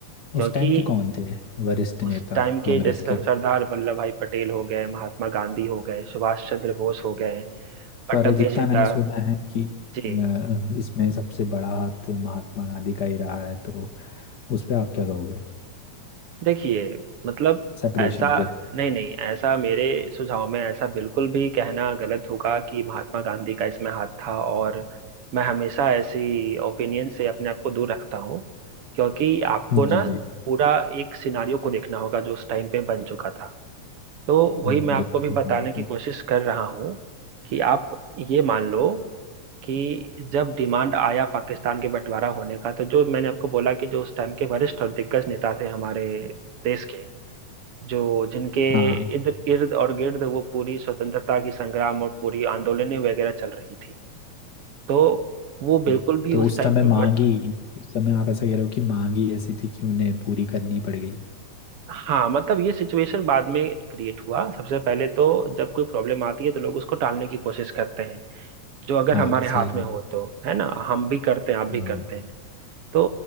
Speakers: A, on the right; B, on the left.
A: क्योंकि
B: उस टाइम के कौन थे वरिष्ठ नेता
A: उस टाइम
B: कांग्रेस
A: के जैसे सर-
B: के
A: सरदार वल्लभ भाई पटेल हो गए महात्मा गांधी हो गए सुभाष चंद्र बोस हो गए पट्टभी
B: पर जितना
A: सिद्धा
B: मैंने सुना है कि
A: जी
B: अ, इसमें सबसे बड़ा हाथ महात्मा गांधी का ही रहा है तो उस पे आप क्या कहोगे
A: देखिए मतलब
B: सेपरेशन
A: ऐसा
B: पे
A: नहीं नहीं ऐसा मेरे सुझाव में ऐसा बिल्कुल भी कहना गलत होगा कि महात्मा गांधी का इसमें हाथ था और मैं हमेशा ऐसी ओपिनियन से अपने आप को दूर रखता हूँ क्योंकि आपको ना
B: जी जी
A: पूरा एक सिनारियो को देखना होगा जो उस टाइम पे बन चुका था तो वही
B: हम्म,
A: मैं आपको
B: ये तो सही
A: भी बताने
B: कहा आपने
A: की कोशिश कर रहा हूँ कि आप ये मान लो कि जब डिमांड आया पाकिस्तान के बंटवारा होने का तो जो मैंने आपको बोला कि जो उस टाइम के वरिष्ठ और दिग्गज नेता थे हमारे देश के जो जिनके
B: हाँ
A: इधर इर्द और गिर्द वो पूरी स्वतंत्रता की संग्राम और पूरी आंदोलनें वगैरह चल रही थी तो वो
B: जी
A: बिल्कुल भी
B: तो
A: उस
B: उस
A: टाइम
B: समय
A: पे
B: मांग
A: बट
B: ही उस समय आप ऐसा कह रहे हो कि मांग ही ऐसी थी कि उन्हें पूरी करनी पड़ गई
A: हाँ मतलब ये सिचुएशन बाद में क्रिएट हुआ सबसे पहले तो जब कोई प्रॉब्लम आती है तो लोग उसको टालने की कोशिश करते हैं जो अगर
B: हाँ
A: हमारे हाथ
B: सही कहा
A: में हो तो है ना हम भी करते हैं आप भी
B: हम्म,
A: करते हैं तो